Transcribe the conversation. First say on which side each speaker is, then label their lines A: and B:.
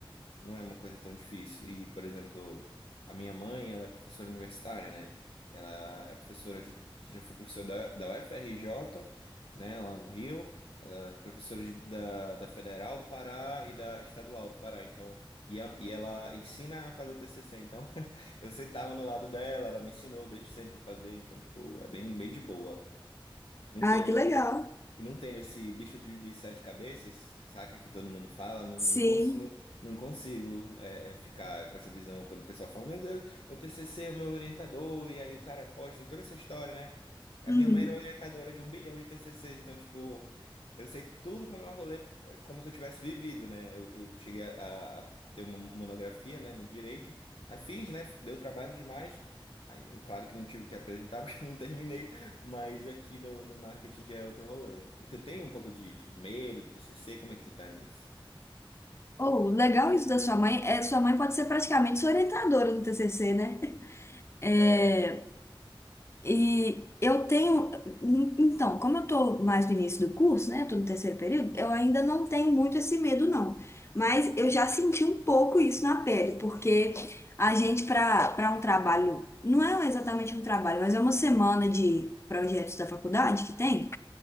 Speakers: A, on the left; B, on the left.
A: não é uma coisa tão difícil. E, por exemplo, a minha mãe, ela é professora universitária, né? Ela é professora de já foi professora da, da UFRJ, né, lá no Rio. Ela é professora de- da, da Federal do Pará e da Estadual do Pará. Então, e, a- e ela ensina a fazer TCC. Então, <laughs> eu sentava no lado dela, ela me ensinou desde sempre a fazer. Então, tipo, é bem, bem de boa. Não
B: Ah,
A: tenho
B: que legal.
A: não tenho esse bicho de, de sete cabeças, saca que todo mundo fala, não,
B: Sim.
A: não, cons- não, não consigo é, é, ficar com essa visão quando o pessoal fala, meu Deus, meu TCC, é o meu orientador, e aí o cara foge, tem toda essa história, né? A
B: Uhum.
A: minha mãe era orientadora de um bilhão de TCCs, então, tipo, eu sei tudo como é o rolê, é como se eu tivesse vivido, né? Eu, eu cheguei a, a ter uma monografia, né, no direito, aí fiz, né? Deu trabalho demais. Aí, claro que não tive que apresentar <laughs> porque eu não terminei, mas aqui no, no marketing já é outro rolê. E tu tem um pouco de, de medo do TCC? Como é que tu tá nisso?
B: Oh, legal isso da sua mãe. É, sua mãe pode ser praticamente sua orientadora no TCC, né? É,
A: É.
B: e eu tenho. Então, como eu estou mais no início do curso, né? Tô no terceiro período, eu ainda não tenho muito esse medo, não. Mas eu já senti um pouco isso na pele, porque a gente, para para um trabalho, não é exatamente um trabalho, mas é uma semana de projetos da faculdade que tem.